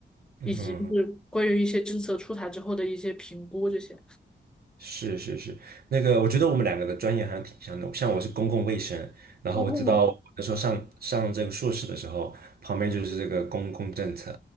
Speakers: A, on the right (about 55°); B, in the centre.
A: 嗯哼
B: 以及就是关于一些政策出台之后的一些评估这些。
A: 是是是，那个我觉得我们两个的专业好像挺像的，像我是公共卫生，然后我知道我那时候上上这个硕士的时候，
B: 哦，
A: 旁边就是这个公共政策，